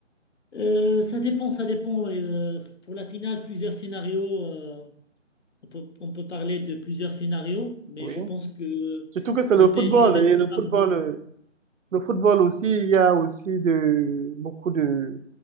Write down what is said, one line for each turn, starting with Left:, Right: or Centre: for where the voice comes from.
Left: Euh, ça dépend, ça dépend. Euh, pour la finale, plusieurs scénarios. euh, on peut, on peut parler de plusieurs scénarios, mais
Right: Oui.
Left: je pense que
Right: Surtout que c'est
Left: le
Right: le football
Left: PSG reste
Right: et le
Left: favori.
Right: football, euh, le football aussi, il y a aussi de beaucoup de